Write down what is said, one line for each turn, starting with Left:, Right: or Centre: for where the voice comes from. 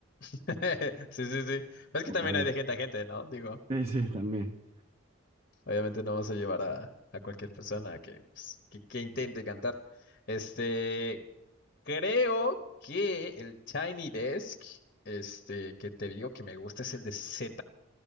Left: <laughs> Sí, sí, sí. Es
Right: Horrible.
Left: que también hay de gente a gente, ¿no? Digo,
Right: Sí, sí, también.
Left: obviamente no vas a llevar a, a cualquier persona que, pues, que, que intente cantar. Este, creo que el Tiny Desk, este, que te digo que me gusta es el de C.